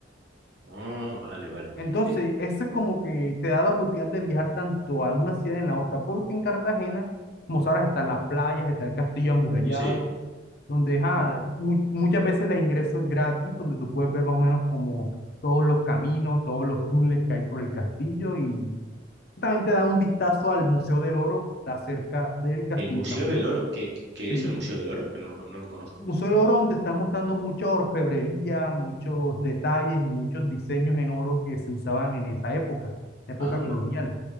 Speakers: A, on the right; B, on the left.
A: Ah, vale, vale.
B: Entonces,
A: Di-
B: eso es como que te da la oportunidad de viajar tanto a una ciudad en la otra, porque en Cartagena, como sabes, están las playas, está el castillo amurallado,
A: sí.
B: donde ah,
A: ¿Mm?
B: mu- muchas veces el ingreso es gratis, donde tú puedes ver más o menos como todos los caminos, todos los túneles que hay por el castillo y también te da un vistazo al Museo del Oro que está cerca del castillo
A: El Museo
B: de San Felipe.
A: del Oro. ¿Qué, qué
B: Sí.
A: es el Museo del Oro? Que no lo, co- no lo conozco.
B: Museo del Oro, donde están mostrando mucha orfebrería, muchos detalles y muchos diseños en oro que se usaban en esa época, época
A: Anda,
B: colonial.